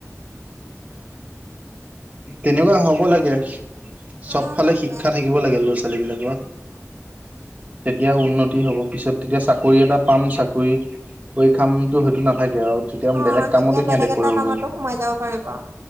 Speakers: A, on the right; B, on the right.
A: তেনেকুৱা হ'ব লাগে, চবফালে
B: অ সেইটোৱে
A: শিক্ষা থাকিব লাগে ল'ৰা-ছোৱালী বিলাকৰ। তেতিয়া উন্নতি হ'ব পিছত তেতিয়া চাকৰি এটা পাম চাকৰি কৰি খামটো সেইতো নাথাকে আৰু তেতিয়া
B: অ
A: বেলেগ
B: তেতিয়া
A: কামতো সিহঁতে
B: বেলেগ এটা
A: কৰিব
B: কামতো
A: পাৰি।
B: সোমাই যাব পাৰিব অ